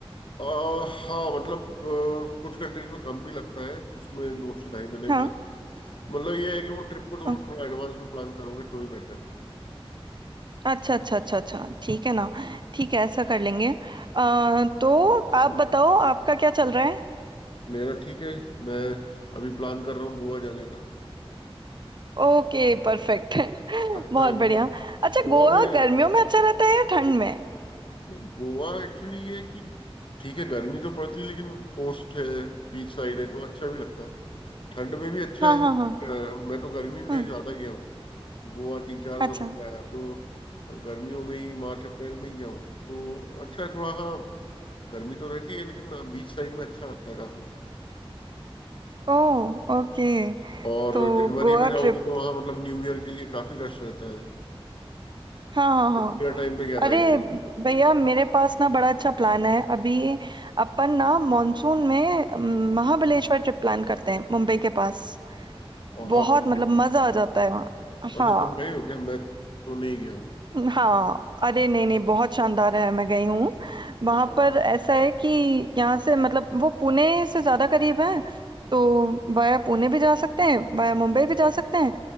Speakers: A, on the left; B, on the right.
A: आ, हाँ मतलब अ, कुछ कंट्रीज में कम भी लगता है कुछ में दो से ढाई महीने
B: हाँ
A: भी लगता है मतलब ये है कि वो ट्रिप को थोड़ा
B: ओ-
A: थोड़ा एडवांस में प्लान करोगे तो ही बेटर है
B: अच्छा अच्छा अच्छा अच्छा ठीक है ना ठीक है ऐसा कर लेंगे अ, तो आप बताओ आपका क्या चल रहा है
A: मेरा ठीक है मैं अभी प्लान कर रहा हूँ गोवा जाने का
B: Okay perfect
A: अच्छा
B: <laughs> बहुत
A: है मतलब
B: बढ़िया अच्छा
A: गोवा
B: गोवा
A: में
B: गर्मियों में अच्छा रहता है या ठंड में
A: नहीं गोवा एक्चुअली ये है कि ठीक है गर्मी तो पड़ती है लेकिन कोस्ट है बीच साइड है तो अच्छा भी लगता है ठंड में भी अच्छा
B: हाँ
A: है
B: हाँ
A: अ,
B: हाँ
A: मैं तो गर्मी में
B: हम्म
A: ज्यादा गया हूँ गोवा तीन चार बार
B: अच्छा
A: हो गया तो गर्मियों में ही मार्च अप्रैल में ही गया हूँ तो अच्छा है थोड़ा हाँ गर्मी तो रहती है लेकिन बीच साइड में अच्छा लगता है काफी
B: ओ ओके
A: और
B: तो
A: जनवरी
B: गोवा
A: में जाओगे
B: ट्रिप
A: तो वहाँ मतलब न्यू ईयर के लिए काफी रश रहता है
B: हाँ हाँ हाँ
A: ईयर टाइम पे गया
B: अरे
A: था एक बार
B: भैया मेरे पास ना बड़ा अच्छा प्लान है अभी अपन ना मॉनसून में अम, महाबलेश्वर ट्रिप प्लान करते हैं मुंबई के पास
A: और
B: बहुत
A: हाँ पहले
B: मतलब मजा आ जाता है वहाँ
A: अच्छा
B: हाँ
A: तुम गए हो क्या मैं तो नहीं गया हूँ
B: हाँ अरे नहीं नहीं बहुत शानदार है मैं गई हूँ वहां
A: अच्छा
B: पर ऐसा है कि यहाँ से मतलब वो पुणे से ज्यादा करीब है तो वाया पुणे भी जा सकते हैं वाया मुंबई भी जा सकते हैं